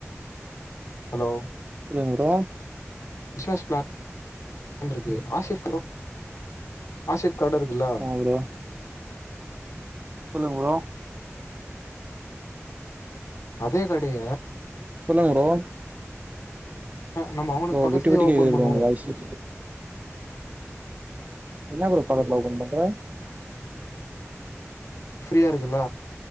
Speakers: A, on the left; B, on the right.
A: ஹலோ
B: சொல்லுங்க ப்ரோ
A: பிசினஸ் பிளான் இருக்கு ஆக்சிஸ் ப்ரோ ஆக்சிஸ் கார்டு இருக்குல்லா
B: ஆமா ப்ரோ சொல்லுங்க ப்ரோ
A: அதே கடைய
B: சொல்லுங்க ப்ரோ
A: நம்ம அவனுக்கு
B: ப்ரோ
A: பக்கத்துலயே
B: விட்டு விட்டு
A: ஓபன்
B: கேக்குது
A: பண்ணுவோ
B: ப்ரோ உங்க வாய்ஸ்சு என்னா ப்ரோ <unintelligible> ஓப்பன் பண்ற
A: ஃப்ரீயா இருக்குல